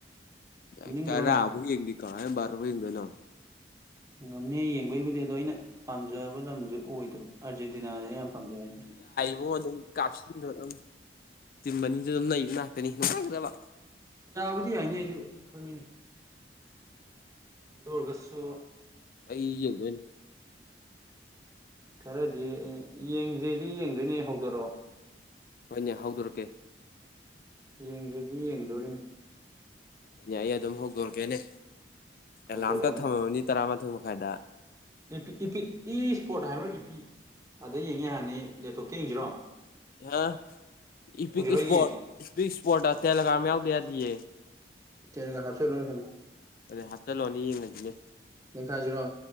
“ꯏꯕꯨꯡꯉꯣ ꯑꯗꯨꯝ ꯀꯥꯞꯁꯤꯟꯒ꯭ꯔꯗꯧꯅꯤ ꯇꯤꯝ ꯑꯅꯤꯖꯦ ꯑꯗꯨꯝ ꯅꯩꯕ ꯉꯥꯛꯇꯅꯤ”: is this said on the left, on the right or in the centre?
Left